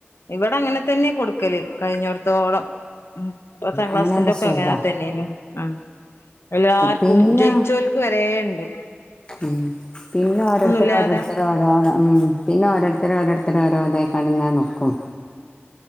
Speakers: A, on the left; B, on the left.
A: ഇവിടെ അങ്ങനെ തന്നെ കൊടു ക്കല് കഴിഞ്ഞൊട്ത്തോളം ഉം പത്താം ക്ലാസിൻ്റെക്കെ
B: അങ്ങനെ ആകുമ്പോ സുഖാ
A: അങ്ങനെ തന്നെനു ഉം എല്ലാർക്കും
B: പിന്നെ
A: ജയിച്ചോൽക്ക് വരേ ണ്ട്
B: ഉം പിന്നെ ഓരോരുത്തര്
A: ഇല്ലാതെ
B: ഓരോരുത്തരെ ഓരോ ഉം പിന്നെ ഓരോരുത്തര് ഓരോരുത്തരെ ഓരോതാ ക്കാണ്ട്ങ്ങനെ നിക്കും